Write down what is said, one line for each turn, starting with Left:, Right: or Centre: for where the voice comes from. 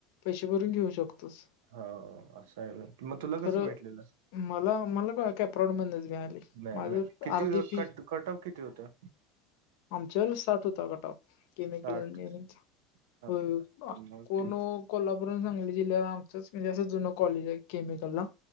Left: पैसे भरून घेऊ शकतोस.
Right: होव असं होय. मग तुला
Left: खरं
Right: कसं भेटलेलं,
Left: मला मला काय कॅप्रॉड मधनच मिळाली.
Right: नाही
Left: माझं
Right: <unintelligible> किती
Left: अर्धी फी
Right: कट कटऑव किती होतं?
Left: आमच्या वेळी साठ होता कटऑव केमिकल
Right: साठ
Left: इंजिनिअरिंगचा.
Right: हा
Left: हो
Right: तर
Left: अकोणो
Right: मग ठीक आहे.
Left: कोल्हापूरात सांगली जिल्ह्याला आमचच म्हणजे असं जुन कॉलेज आहे. केमिकलला.